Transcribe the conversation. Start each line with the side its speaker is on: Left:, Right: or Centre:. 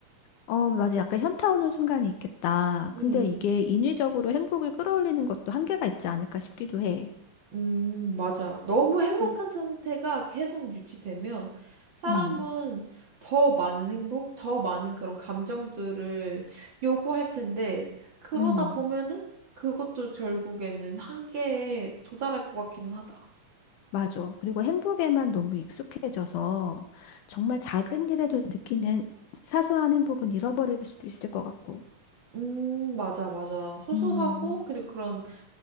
Left: 어, 맞아. 약간 현타 오는 순간이 있겠다.
Right: 음,
Left: 근데 이게 인위적으로 행복을 끌어올리는 것도 한계가 있지 않을까 싶기도 해.
Right: 음, 맞아. 너무 행복한
Left: 음,
Right: 상태가 계속 유지되면 사람은
Left: 음,
Right: 더 많은 행복, 더 많은 그런 감정들을 요구할 텐데, 그러다
Left: 음.
Right: 보면은 그것도 결국에는 한계에 도달할 것 같기는 하다.
Left: 맞아. 그리고 행복에만 너무 익숙해져서 정말 작은 일에도 느끼는 사소한 행복은 잃어버릴 수도 있을 것 같고.
Right: 음, 맞아, 맞아. 소소하고,
Left: 음.
Right: 그리고 그런